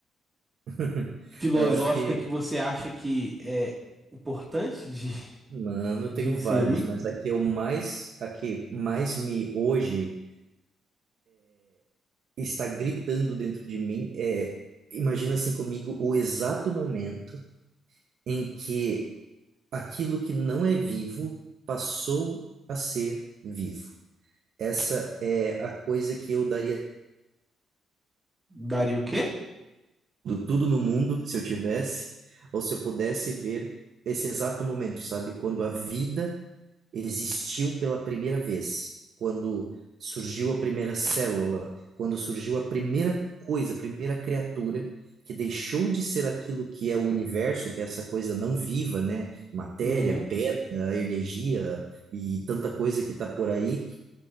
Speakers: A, on the right (about 65°); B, on the right (about 20°).
A: <laughs>
B: filosófica
A: Eu acho que,
B: que você acha que é importante de,
A: mano, eu
B: de
A: tenho
B: inserir?
A: várias, mas a que eu mais, a que mais me hoje está gritando dentro de mim é, imagina assim comigo o exato momento em que aquilo que não é vivo passou a ser vivo. Essa é a coisa que eu daria
B: Daria o quê?
A: tudo, tudo no mundo, se eu tivesse, ou se eu pudesse ver esse exato momento, sabe? Quando a vida existiu pela primeira vez, quando surgiu a primeira célula, quando surgiu a primeira coisa, a primeira criatura que deixou de ser aquilo que é o universo, que é essa coisa não viva, né? Matéria,
B: Uhum.
A: pedra, energia e tanta coisa que está por aí,